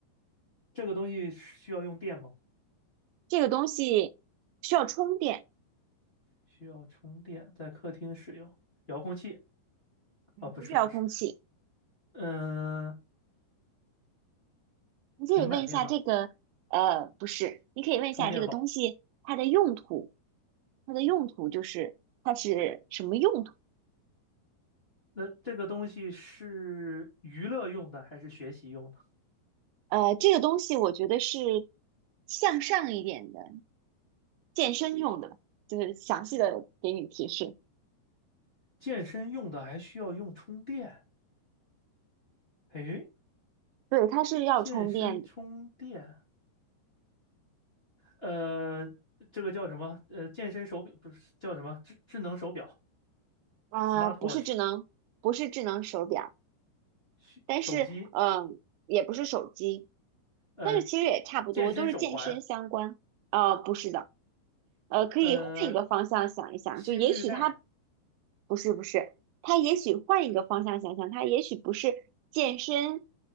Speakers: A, on the left; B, on the right.
A: 这个东西是需要用电吗？
B: 这个东西需要充电，
A: 需要充电，在客厅使用。遥控器
B: 嗯不是遥控器。
A: 啊，不是不是，嗯、
B: 你可以问一下这个，
A: 平板电脑
B: 呃，不是，你可以问一下这个东西它的用途，
A: 充电宝。
B: 它的用途就是它是什么用途？
A: 那这个东西是娱乐用的还是学习用的？
B: 呃，这个东西我觉得是向上一点的，健身用的，就是详细的给你提示。
A: 健身用的还需要用充电？诶，
B: 对，它是要充电的，
A: 健身充电，呃，这个叫什么？呃，健身手表不是叫什么智智能手表
B: 啊、
A: （smartwatch）
B: 不是智能，不是智能手表。
A: 需手机，
B: 但是嗯，也不是手机，
A: 呃，
B: 但是其实也差不多，
A: 健身手环，
B: 都是健身相关。呃，不是的，呃，可以换一个方向想一想，
A: 呃，心率带
B: 就也许它不是不是，它也许换一个方向想想，它也许不是健身